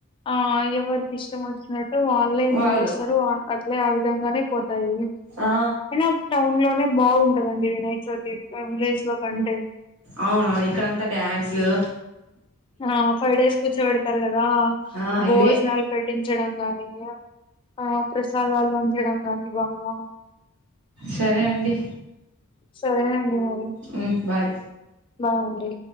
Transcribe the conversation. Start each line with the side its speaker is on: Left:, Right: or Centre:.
Left: ఆ ఎవరికి ఇష్టం వచ్చినట్టు వాళ్ళే ఎంజాయ్
Right: వాళ్ళు
Left: చేస్తారు వా అట్లే ఆ విధంగానే పోతాయి
Right: ఆ
Left: అయినా టౌన్ లోనే బాగుంటదండి వినాయక చవితి విలేజ్ లో కంటే
Right: అవునవును ఇక్కడంత డ్యాన్సులు
Left: ఆ ఫైవ్ డేస్ కూర్చోబెడతారు కదా
Right: ఆ
Left: బోజనల్
Right: ఇవే
Left: పటించడం గాని ఆ ప్రసాదాలు పంచడం గాని బాగా
Right: సరే అండి
Left: సరెనండి మరి
Right: ఉ బాయ్
Left: బాయండి